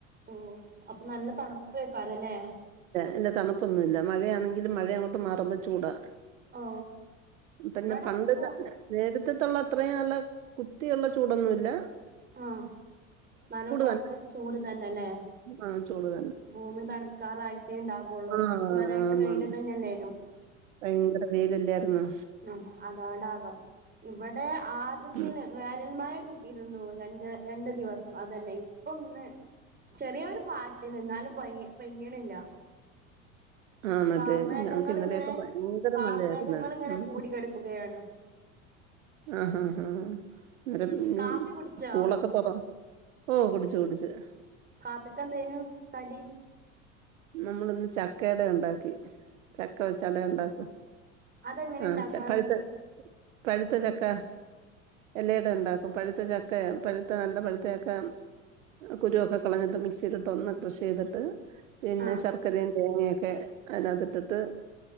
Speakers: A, on the right; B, on the right.
A: ഓ അപ്പൊ നല്ല തണുപ്പായിക്കാരലെ..
B: എന്റെ തണുപ്പൊന്നും ഇല്ല മഴയാ ആണെങ്കിലും മഴ അങ്ങോട്ട മാറുമ ചൂടാ....
A: ഓ
B: പിന്നെ
A: ഇവിടെപ്പോ
B: പണ്ട് നേരത്തെത്തുള്ള അത്രയും നല്ല കുത്തിയുള്ള ചൂടൊന്നുല്ല....
A: ആഹ നാലും കൊറച്ചൊക്കെ
B: തന്നെ
A: ചൂട് തന്നെല്ലേ....
B: ആ ചൂട് തന്നെ
A: ഭൂമി തണുക്കാറായിട്ടേ ഉണ്ടാകുള്ളൂ
B: ആ
A: ഇതുവരായിട്ട്
B: ആണാണ്
A: വെയിലതന്നെ തന്നെയല്ലേനു...
B: ഭയങ്കര വെയിലല്ലായിുന്നോ...
A: ഉ അതുകൊണ്ടാകാം ഇവിടെ ആദ്യത്തില്
B: ഉം.
A: വേനൽമഴ.. രുന്നു രണ്ട് രണ്ട് ദിവസം അതന്നെ ഇപ്പൊന്ന്.. ചെറിയൊരു പാട്ടില് എന്നാലും പയ്യ പെയ്യിണില്ല....
B: ആണല്ലേ
A: കാർമേഘങ്ങ
B: ഞങ്ങക്ക് ഇന്നലെയൊക്കെ
A: ള്ങ്ങനെ
B: ഭയങ്കര
A: കാർമേഘങ്ങള്
B: മഴയായിരുന്നു
A: ഇങ്ങനെ
B: ഉം
A: കൂടി കെടുക്കുകയാണ്..
B: ആഹഹ ആഹ്.... നേര
A: കാപ്പി കുടിച്ചോ
B: സ്കൂളൊക്കെ പോറ ഓ കുടിച്ചു കുടിച്ചു...
A: കാപ്പിക്കന്തോയിനുകടി..
B: നമ്മളിന്ന് ചക്കേട ഉണ്ടാക്കി.... ചക്ക വെച്ച് അടളണ്ടാക്കും
A: അതെങ്ങനെ
B: ആ
A: ഇണ്ടാക്കാറ്
B: ചക്ക ഴുത്ത പഴുത്ത ചക്ക.. എല്ല എട ഉണ്ടാക്കും പഴുത്ത ചക്ക പഴത്ത നല്ല പഴുത്ത ചക്ക.. കുരുവൊക്കെ കളഞ്ഞിട്ട് മിക്സിലിട്ട് ഒന്ന് ക്രഷ് യ്തിട്ട്..... പിന്നെ
A: ആഹ്
B: ശർക്കരയും തേങ്ങയൊക്കെ അതിനകതിട്ടിട്ട്..